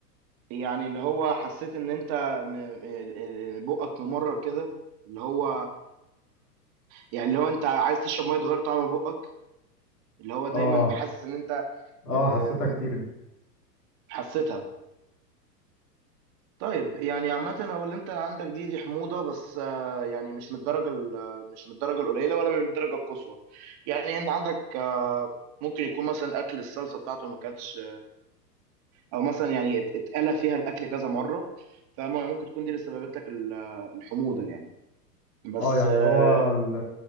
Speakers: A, on the right; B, on the left.
A: يعني اللي هو حسيت ان انت م- ال- ال- بقك ممرر كده اللي هو يعني اللي هو انت عايز تشرب ميه تغير طعم بقك اللي هو دايما
B: اه
A: حاسس ان انت
B: اه
A: آه،
B: حسيتها كتير دي
A: حسيتها طيب يعني عامة هو اللي انت عندك دي دي حموضة بس آه، يعني مش من الدرجة ال- مش من الدرجة القليلة ولا من الدرجة القصوى يعني انت عندك آه، ممكن يكون مثلا اكل الصلصة بتاعته ما كانتش او مثلا يعني ات- اتقلى فيها الاكل كذا مره فممكن تكون دي اللي سببت لك ال- الحموضه يعني بس
B: اه يعني
A: آه،
B: هو ال-